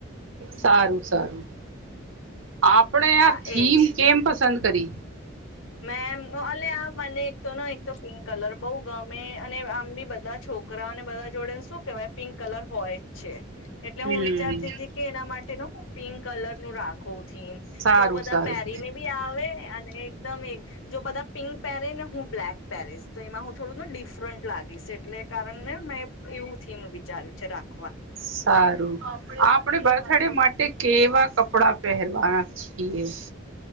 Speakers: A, on the right (about 80°); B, on the left (about 85°).
A: સારું સારું, આપણેે
B: હા
A: આ થીમ
B: એજ
A: કેમ પસંદ કરી?
B: મેમ આલે મને એક તો ન એક તો પિં કલર બઉ ગમે અને આમ બી બધા છોકરાને બધા જોડેને શું કેવાય પિંક કલર હોઈટ છે. એટલે
A: હમ
B: હું વિચારતી હતી. એના માટે ન હું પિંક કલર નું રાખું. થી
A: સારું
B: તો બધા
A: સારું
B: પહેરીને બી આવે અને. એકદમ જો બધા પિંક પહેરી ને હું બ્લેક પહેરીશ તો એમાં હું થોડું ને ડિફરન્ટ લાગીશ, એટલે કારણ ને મેં એવું થીમ વિચાર્યું છે રાખ
A: સારું. આપે બર્થડે માટે કેવા કપડા પહેરવાના છીએ.